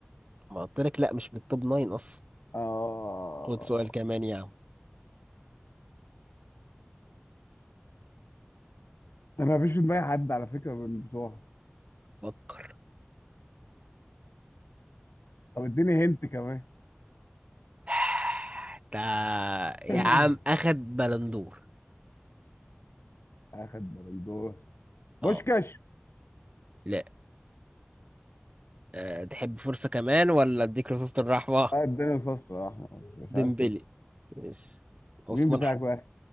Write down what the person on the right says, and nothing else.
ما قلت لك لا مش بالتوب ناين اصلا
خد سؤال كمان يا عم
فكر
<sighs> تا يا
عم اخد بلندور
اه
لا أه تحب فرصة كمان ولا اديك رصاصة الرحمة
ديمبلي
ماشي
عثمان
حد